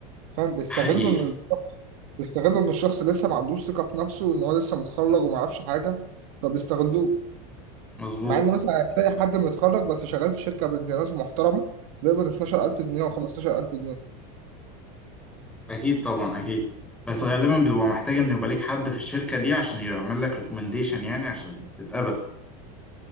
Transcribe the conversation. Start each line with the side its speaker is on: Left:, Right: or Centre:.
Right: فاهم بيستغلوا
Centre: <laughs> حقيقي
Right: ان الشخص- <laughs> بيستغلوا ان الشخص لسه ما عندوش ثقه في نفسه ان هو لسه متخرج وما يعرفش حاجه فبيستغلوه
Centre: مظبوط
Right: مع ان مثلا هتلاقي حد متخرج بس شغال في شركه بنت ناس محترمه بيقبض 12000 جنيه و15000 جنيه
Centre: اكيد طبعا اكيد بس غالبا بيبقى محتاج ان يبقى ليك حد في الشركة دي عشان يعمل لك ريكومنديشن يعني عشان تتقبل